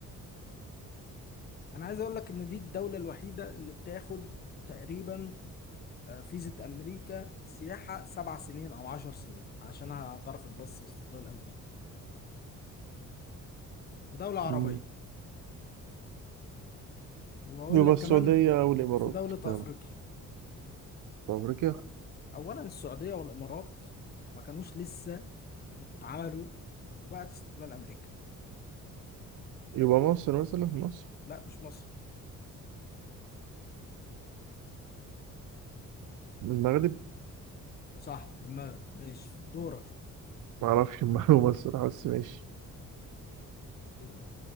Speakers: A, on the left; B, on the right.
A: أنا عايز أقول لك إن دي الدولة الوحيدة اللي بتاخد تقريبا آه، فيزا أمريكا سياحة سبع سنين أو عشر سنين عشان اعترفت بس باستقلال أمريكا ودولة عربية
B: مم.
A: وأقول
B: يبقى
A: لك
B: السعودية
A: كمان
B: أو الإمارات
A: في دولة أفريقيا
B: يلا طب أمريكا
A: أولا السعودية والإمارات ما كانوش لسه اتعملوا وبعد استقلال أمريكا
B: يبقى مصر مثلا مصر
A: لا مش مصر
B: من المغرب
A: صح المغرب ماشي دورك
B: معرفش المعلومة الصراحة بس ماشي
A: دورك